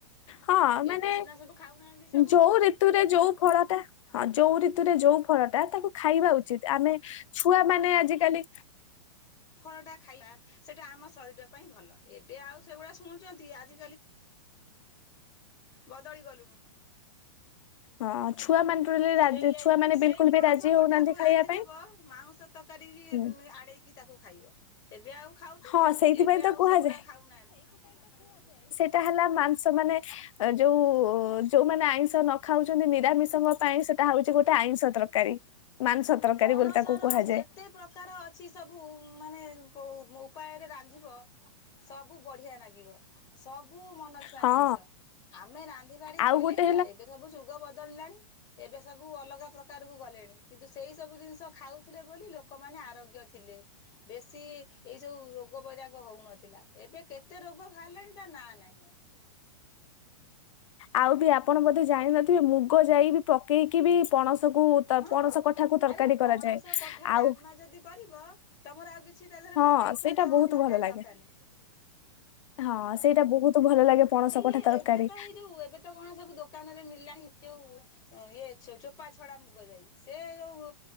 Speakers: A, on the left; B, on the left.
A: ହଁ ମାନେ
B: ଏବେ ସିନା ସବୁ ଖାଉନାହାନ୍ତି ସବୁ
A: ଯୋଉ ଋତୁରେ ଯୋଉ ଫଳଟା ହଁ ଯୋଉ ଋତୁରେ ଯୋଉ ଫଳଟା ତାକୁ ଖାଇବା ଉଚିତ ଆମେ ଛୁଆ ମାନେ ଆଜିକାଲି
B: ଫଳଟା ଖାଇବା ସେଟା ଆମ ଶରୀର ପାଇଁ ଭଲ ଏବେ ଆଉ ସେଗୁଡା ଶୁଣୁଛନ୍ତି ଆଜିକାଲି ବଧୀ ଗଲ
A: ହଁ ଛୁଆ ମାନେ ଟୋଟାଲି ରାଜି
B: ସେଇ
A: ଛୁଆ ମାନେ
B: ସେଇ
A: ବିଲକୁଲ
B: ପଣସ
A: ବି ରାଜି ହଉନାହାନ୍ତି
B: କଠାକୁ
A: ଖାଇବା
B: ରାନ୍ଧିଦବ
A: ପାଇଁ।
B: ମାଉଁସ ତରକାରୀ
A: ହୁଁ
B: ଆଡ଼େଇକି ତାକୁ ଖାଇବ ଏବେ ଆଉ ଖାଉଛନ୍ତି
A: ହଁ ସେଇଥିପାଇଁ
B: ଏବେ
A: ତ
B: ଆଉ
A: କୁହାଯାଏ
B: ସେଗୁଡା ଖାଉନାହାନ୍ତି
A: ସେଟା ହେଲା ମାଂସ ମାନେ ଯୋଉ ଯୋଉମାନେ ଆଇଁଷ ନ ଖାଉଛନ୍ତି ନିରାମିଷଙ୍କ ପାଇଁ ସେଟା ହଉଛି ଗୋଟେ ଆଇଁଷ ତରକାରୀ ମାଂସ ତରକାରୀ
B: ପଣସ
A: ବୋଲି ତାକୁ
B: ର
A: କୁହାଯାଏ
B: ଯେତେ ସୁ ପ୍ରକାର ଅଛି ସବୁ ମାନେ ଉପାୟରେ ରାନ୍ଧିବ ସବୁ ବଢିଆ ଲାଗେ ସବୁ ମନ ଛୁଆଁ
A: ହଁ
B: ଜିନିଷ ଆମେ ରାନ୍ଧିିବାଡି
A: ଆଉ
B: ଥୋଇଲେ
A: ଗୋଟେ
B: ହେଲା ଏବେ ସବୁ ଯୁଗ ବଦଳିଲାଣି ଏବେ ସବୁ ଅଲଗା ପ୍ରକାର କ ଗଲେଣି କିନ୍ତୁ ସେଇ ସବୁ ଜିନିଷ ଖାଉଥିଲେ ବୋଲି ଲୋକମାନେ ଆରୋଗ୍ୟ ଥିଲେ ବେଶୀ ଏଇ ସୋଉ ରୋଗ ବୈରାଗ ହଉନଥିଲା ଏବେ କେତେ ରୋଗ ବାହାରିଲାଣି ତା ନା ନହିଁ ଯ କଟେ
A: ଆଉ ବି ଆପଣ ବୋଧେ ଜାଣିନଥିବେ ମୁଗ ଯାଇ ବି ପକେଇକି ବି ପଣସକୁ ତ-
B: ହଁ
A: ପଣସ କଠାକୁ ତରକାରୀ
B: ଆରେ
A: କରାଯାଏ।
B: ପଣସ କଠା
A: ଆଉ
B: ଡାଲମା ଯଦି କରିବ ତମର ଆଉ କିଛି ତା ଦେହରେ
A: ହଁ
B: ନଗେଇ
A: ସେଇଟା
B: ଖିଆ ତରୁଣ
A: ବହୁତ
B: ତରକାରୀ
A: ଭଲ ଲାଗେ।
B: ଦରକାର ନାହିଁ
A: ହଁ ସେଇଟା ବହୁତ ଭଲ ଲାଗେ ପଣସ
B: ଏଇ
A: କଠା ତରକାରୀ
B: ଏବେ ତ ଏଇ ଯୋଉ ଏବେ ତ କଣ ସବୁ ଦୋକାନରେ ମିଳିଲାଣି ଯୋଉ ଇଏ ଚୋପା ଛଡା ମୁଗ ଯାଇ ସେ ଯୋଉ